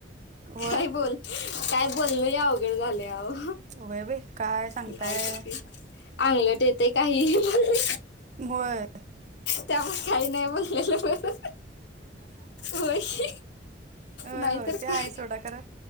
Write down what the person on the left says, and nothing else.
काय बोल, काय बोल लयी अवघड झालंय आहो.
नाहीय <unintelligible> त अंगलट येतय काही म्हण
त्यामुळे काही नाही बोललेलं बर. होय की
नाही
तर
काय.